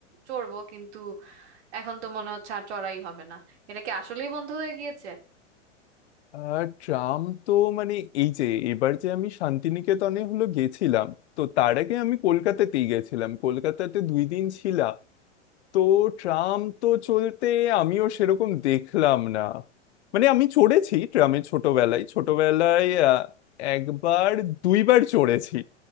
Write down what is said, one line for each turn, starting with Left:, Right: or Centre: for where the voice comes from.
Right: চড়বো কিন্তু এখন তো মনে হচ্ছে আর চড়াই হবে না এটা কি আসলেই বন্ধ হয়ে গিয়েছে
Left: আর ট্রাম তো মানে এই যে এবার যে আমি শান্তিনিকেতনে হলো গেছিলাম তো তার আগে আমি কলকাতাতেই গেছিলাম কলকাতাতে দুই দিন ছিলাম তো ট্রাম তো চলতে আমিও সেরকম দেখলাম না মানে আমি চড়েছি ট্রামে ছোটবেলায় ছোটবেলায় আহ, একবার দুইবার চড়েছি